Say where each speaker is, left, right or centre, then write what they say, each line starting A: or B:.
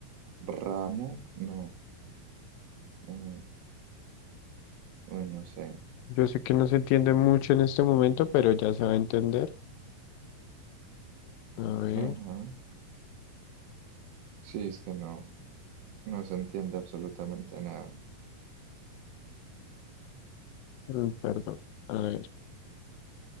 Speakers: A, on the right; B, on the left.
A: ramo. No. un- uy, no sé.
B: Yo sé que no se entiende mucho en este momento, pero ya se va a entender. A ver,
A: Ajá. Sí, es que no. No se entiende absolutamente nada.
B: mm, perdón. A ver.